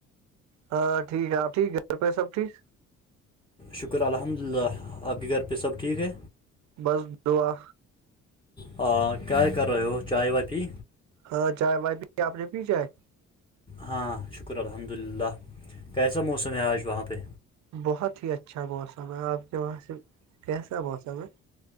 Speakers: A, on the right; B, on the left.
A: ہاں ٹھیک ہے آپ ٹھیک گھر پہ سب ٹھیک
B: شکر الحمد للہ آپ کے گھر پہ سب ٹھیک ہے
A: بس دعا
B: آ کیا کر رہے ہو چائے وائے پی
A: ہاں جائے بائی پی آپ نے پی جائے
B: ہاں شکر الحمد للہ کیسا موسم ہے آج وہاں پہ
A: بہت ہی اچھا موسم ہے آپ کے وہاں سے کیسا موسم ہے